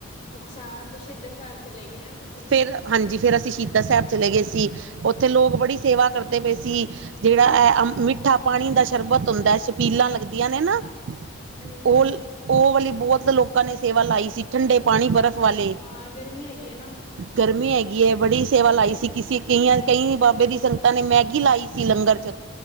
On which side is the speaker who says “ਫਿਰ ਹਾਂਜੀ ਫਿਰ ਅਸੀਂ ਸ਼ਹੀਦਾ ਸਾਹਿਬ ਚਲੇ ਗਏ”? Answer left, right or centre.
Right